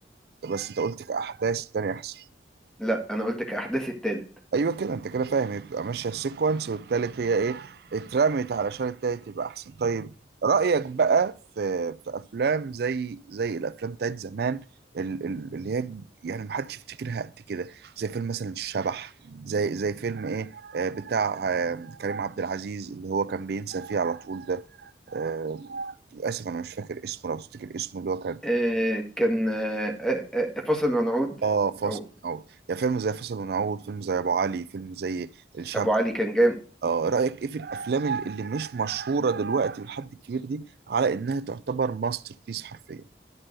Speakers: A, on the right; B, in the centre.
A: بس انت قلت كاحداث التاني احسن
B: لا انا قلت كأحداث التالت
A: ايوه كده انت كده فاهم يبقى ماشيه سيكونس والتالت هي ايه اترمت علشان التالت يبقى احسن طيب رأيك بقى في في افلام زي زي الافلام بتاعت زمان ال- ال- اللي هي يعني محدش يفتكرها قد كده زي فيلم مثلا الشبح زي زي فيلم ايه آه، بتاع آه، كريم عبد العزيز اللي هو كان بينسى فيه على طول ده آه، للاسف انا مش فاكر اسمه لو تفتكر اسمه اللي هو كان
B: آه كان آه آه آه، فاصل منعود
A: اه فاصل
B: او
A: ونعود يعني فيلم زي فاصل ونعود فيلم زي ابو علي فيلم زي الشبح
B: ابو علي كان جامد
A: اه رأيك ايه في الافلام ال- اللي مش مشهورة دلوقتي بالحد الكبير دي على انها تعتبر ماستر بيس حرفيا